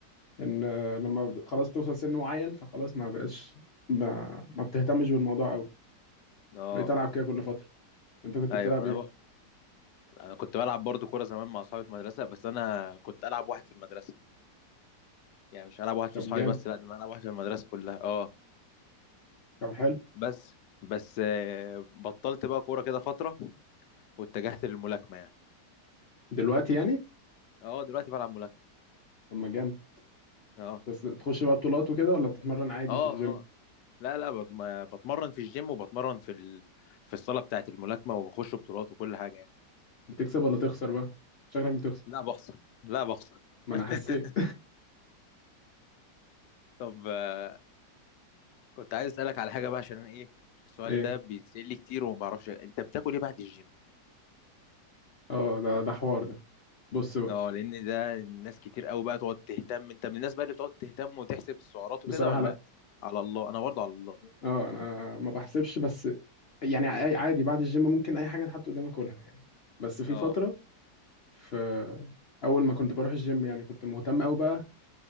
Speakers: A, on the left; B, on the left.
A: ان آه، لما ب- خلاص توصل سن معين فخلاص ما بقاش ما, ما بتهتمش بالموضوع قوي
B: اه
A: بقيت العب كده كل فتره انت كنت
B: ايوه
A: بتلعب
B: انا
A: ايه
B: بق... انا كنت بلعب برضو كوره زمان مع اصحابي في المدرسه بس انا كنت العب واحد في المدرسه يعني مش العب واحد في
A: طب
B: اصحابي
A: جامد
B: بس لا ده انا العب واحد في المدرسه كلها اه
A: طب حلو
B: بس بس آه، بطلت بقى كوره كده فتره واتجهت للملاكمه يعني
A: دلوقتي يعني
B: اه دلوقتي بلعب ملاكمه
A: طب ما جامد
B: اه
A: بس تخش بقى بطولات وكده ولا بتتمرن عادي
B: اه
A: في الجيم
B: اه لا لا بتم... بتمرن في الجيم وبتمرن في ال... في الصاله بتاعه الملاكمه وبخش بطولات وكل حاجه يعني
A: بتكسب ولا تخسر بقى شكلك بتخسر
B: لا بخسر لا بخسر
A: ما
B: <laughs>
A: انا حسيت
B: طب آه، كنت عايز اسالك على حاجه بقى عشان انا ايه السؤال
A: ايه
B: ده بيتسال لي كتير وما بعرفش انت بتاكل ايه بعد الجيم
A: اه ده ده حوار ده بص بقى
B: اه لان ده الناس كتير قوي بقى تقعد تهتم انت من الناس بقى اللي بتقعد تهتم وتحسب السعرات وكده
A: بصراحة
B: ولا
A: لا
B: على الله انا برضه على الله
A: اه انا ما بحسبش بس يعني ع- عادي بعد الجيم ممكن اي حاجة تحط قدامك كلها يعني بس في
B: اه
A: فترة في اول ما كنت بروح الجيم يعني كنت مهتم قوي بقى